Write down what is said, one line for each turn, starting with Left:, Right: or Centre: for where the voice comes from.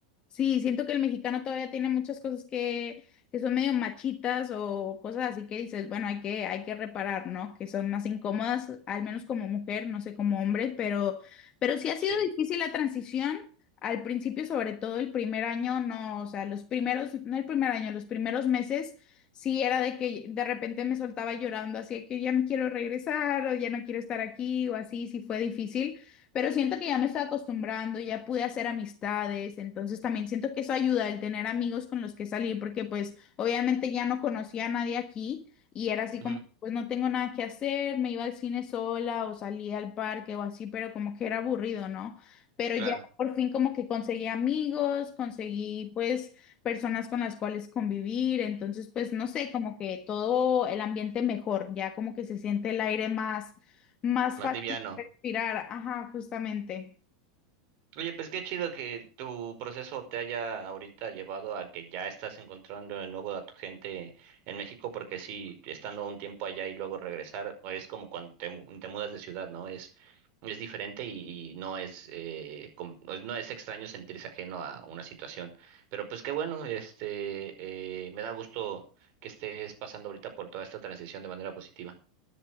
Left: Sí, siento que el mexicano todavía tiene muchas cosas que, que son medio machitas o cosas así que dices, bueno, hay que, hay que reparar, ¿no? Que son más incómodas, al menos como mujer, no sé, como hombre, pero, pero sí ha sido
Right: Sí,
Left: difícil la transición. Al principio, sobre todo el primer año, no, o sea, los primeros, no el primer año, los primeros meses, sí era de que de repente me soltaba llorando, así de que ya me quiero regresar o ya no quiero estar aquí o así, sí fue difícil. Pero siento que ya me estaba acostumbrando, ya pude hacer amistades, entonces también siento que eso ayuda el tener amigos con los que salir, porque pues obviamente ya no conocía a nadie aquí y era así
Right: ujú,
Left: como, pues no tengo nada que hacer, me iba al cine sola o salía al parque o así, pero como que era aburrido, ¿no? Pero
Right: claro,
Left: ya por fin como que conseguí amigos, conseguí pues personas con las cuales convivir, entonces pues no sé, como que todo el ambiente mejor, ya como que se siente el aire más más
Right: más
Left: fácil
Right: liviano.
Left: Respirar, ajá, justamente.
Right: Oye, pues qué chido que tu proceso te haya ahorita llevado a que ya estás encontrando de nuevo a tu gente en México, porque sí, estando un tiempo allá y luego regresar, o es como cuando te, mu- te mudas de ciudad, ¿no? Es, es diferente y, y no es, eh, com- pues, no es extraño sentirse ajeno a una situación. Pero pues qué bueno, este, eh, me da gusto que estés pasando ahorita por toda esta transición de manera positiva.